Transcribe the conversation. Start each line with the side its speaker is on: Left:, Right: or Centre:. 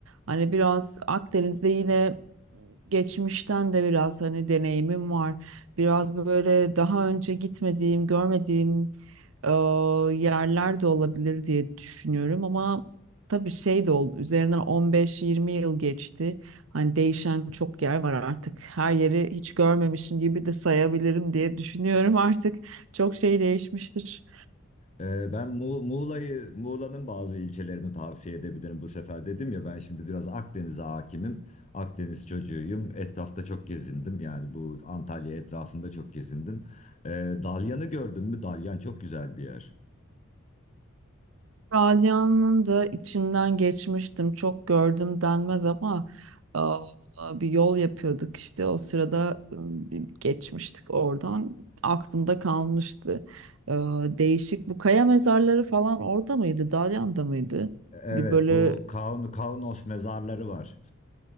Right: Hani biraz Akdeniz'de yine geçmişten de biraz hani deneyimim var. Biraz böyle daha önce gitmediğim, görmediğim e, yerler de olabilir diye düşünüyorum ama tabii şey de oldu üzerinden 15-20 yıl geçti. Hani değişen çok yer var artık. Her yeri hiç görmemişim gibi de sayabilirim diye düşünüyorum <laughs> artık. Çok şey değişmiştir.
Left: Ee, ben Mu- Muğla'yı, Muğla'nın bazı ilçelerini tavsiye edebilirim bu sefer. Dedim ya ben şimdi biraz Akdeniz'e hakimim. Akdeniz çocuğuyum. Etrafta çok gezindim. Yani bu Antalya etrafında çok gezindim. Ee, Dalyan'ı gördün mü? Dalyan çok güzel bir yer.
Right: Ralya'nın da içinden geçmiştim. Çok gördüm denmez ama e, bir yol yapıyorduk işte. O sırada e, bir geçmiştik oradan. Aklımda kalmıştı. E, Değişik. Bu kaya mezarları falan orada mıydı? Dalyan'da mıydı?
Left: Evet,
Right: Bir böyle
Left: bu Kaun, Kaunos
Right: s-
Left: mezarları var.